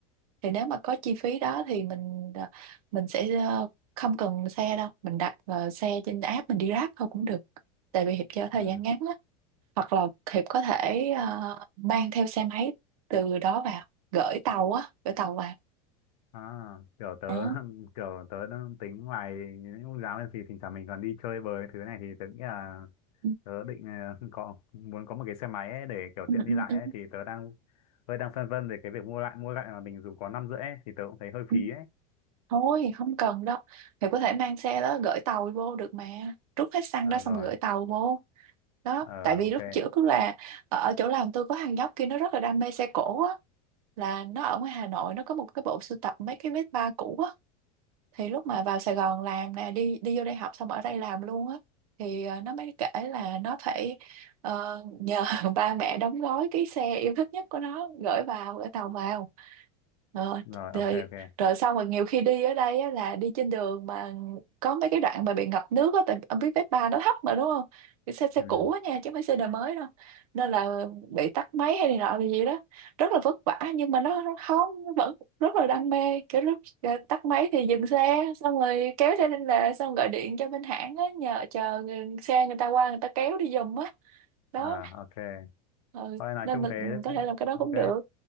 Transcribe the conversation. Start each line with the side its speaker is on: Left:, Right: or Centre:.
Right: thì nếu mà có chi phí đó thì mình ờ, mình sẽ ờ, không cần xe đâu mình đặt ờ, xe trên app mình đi Grab thôi cũng được tại vì Hiệp cho thời
Left: Ừ.
Right: gian ngắn á hoặc là Hiệp có thể ờ, mang theo xe máy từ đó vào gửi tàu á gửi tàu vào
Left: À, kiểu tớ
Right: ừ.
Left: <laughs> kiểu tớ đang tính ngoài những lúc giáo thì thỉnh thoảng mình còn đi chơi bời thứ này thì tớ nghĩ là
Right: Ừ,
Left: tớ định ờ, <laughs> có muốn có một cái xe máy ấy để kiểu
Right: ừ,
Left: tiện đi
Right: ừ,
Left: lại
Right: ừ,
Left: ấy thì tớ đang hơi đang phân vân về cái việc mua lại mua lại mà mình dùng có năm rưỡi ấy, thì tớ cũng thấy hơi
Right: ừ.
Left: phí ấy
Right: thôi không cần đâu Hiệp có thể mang xe đó gửi tàu vô được mà rút hết xăng
Left: à,
Right: đó xong
Left: rồi
Right: rồi gửi tàu vô đó
Left: ờ
Right: tại vì
Left: ok
Right: lúc trước là ở chỗ làm tôi có thằng nhóc kia nó rất là đam mê xe cổ á là nó ở ngoài Hà Nội nó có một cái bộ sưu tập mấy cái vết ba cũ á thì lúc mà vào Sài Gòn làm nè đi đi vô đây học xong ở đây làm luôn á thì ờ, nó mới kể là nó phải ờ, nhờ <laughs> ba mẹ đóng gói cái xe yêu thích nhất của nó gửi vào gửi tàu vào Ờ,
Left: rồi
Right: rồi
Left: ok ok
Right: rồi xong rồi nhiều khi đi ở đây á, là đi trên đường mà có mấy cái đoạn mà bị ngập nước á tại ông biết Vespa ba nó thấp mà đúng không cái xe xe
Left: ừ
Right: cũ á nha chứ không phải xe đời mới đâu nên là bị tắt máy hay này nọ là gì đó rất là vất vả nhưng mà nó nó không nó vẫn rất là đam mê kiểu lúc tắt máy thì dừng xe xong rồi kéo xe lên lề xong gọi điện cho bên hãng á nhờ chờ người- xe người ta qua người ta kéo đi giùm á đó
Left: à ok
Right: ừ.
Left: thôi nói
Right: nên
Left: chung
Right: mình
Left: thế
Right: mình có
Left: cũng
Right: thể làm cái đó
Left: ok
Right: cũng được